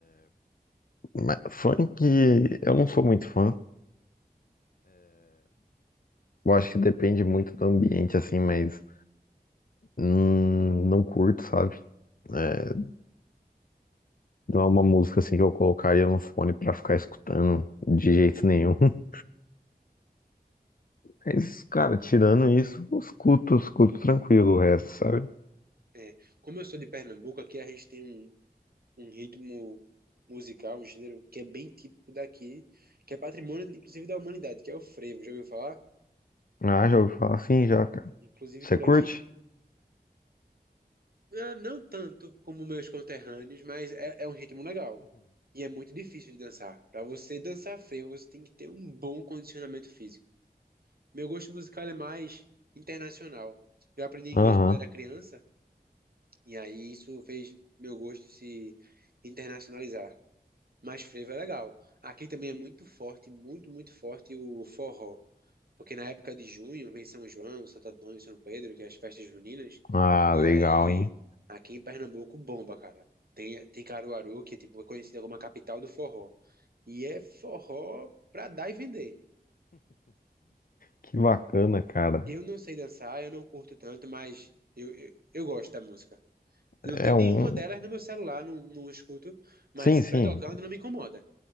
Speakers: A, on the left; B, on the right.
A: Mas funk, eu não sou muito fã. Eu acho que depende muito do ambiente, assim, mas hum, não curto, sabe? É, não é uma música, assim, que eu colocaria no fone pra ficar escutando de jeito nenhum. <laughs> Mas, cara, tirando isso, eu escuto, escuto tranquilo o resto, sabe?
B: é. Como eu sou de Pernambuco, aqui a gente tem um, um ritmo musical, um gênero que é bem típico daqui, que é patrimônio, inclusive, da humanidade, que é o frevo. Já ouviu falar?
A: Ah, já ouvi falar assim, já, cara.
B: Inclusive
A: Você
B: por
A: curte?
B: aqui Ah, não tanto como meus conterrâneos, mas é, é um ritmo legal. E é muito difícil de dançar. Pra você dançar frevo, você tem que ter um bom condicionamento físico. Meu gosto musical é mais internacional. Eu aprendi inglês
A: <laughs> Aham.
B: quando eu era criança, e aí isso fez meu gosto se internacionalizar. Mas frevo é legal. Aqui também é muito forte, muito, muito forte o forró. Porque na época de junho vem São João, Santo Antônio, São Pedro, que é as festas juninas.
A: Ah,
B: E
A: legal,
B: aí,
A: hein?
B: aqui em Pernambuco, bomba, cara. Tem, tem Caruaru, que é tipo, é conhecida como a capital do forró. E é forró pra dar e vender.
A: Que bacana, cara.
B: Eu não sei dançar, eu não curto tanto, mas eu, eu, eu gosto da música. Não
A: É
B: tem
A: um.
B: nenhuma delas no meu celular, não, não escuto. Mas
A: Sim,
B: se estiver
A: sim,
B: tocando, não me incomoda.